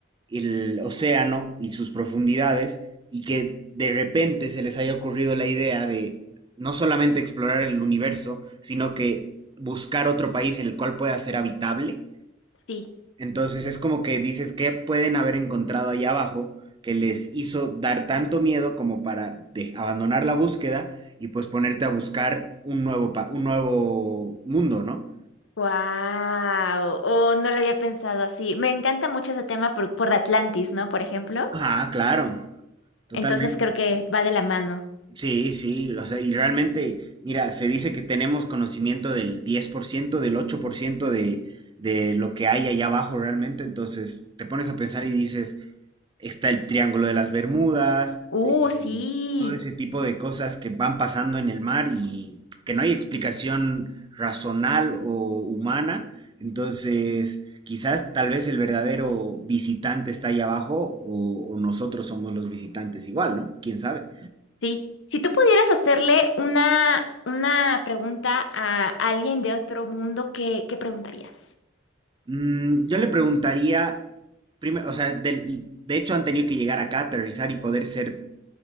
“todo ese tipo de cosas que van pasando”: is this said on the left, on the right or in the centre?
Right